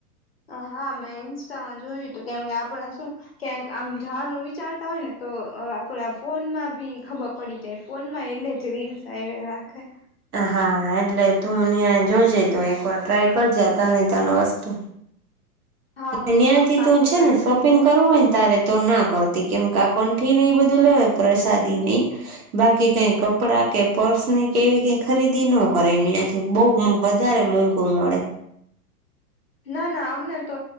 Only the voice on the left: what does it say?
હા, મેં ઇન્સ્ટામાં જોયુંતું, કેમકે આપડે શું ક્યાંક આમ જવાનું વિચારતા હોય, ને તો આપડા ફોનમાં બી ખબર પડી જાય. ફોનમાં એનાજ રીલ્સ આવ્યા રાખે.
હા હું
પાકું
ટ્રાય
કરીશ
ના ના અમને તો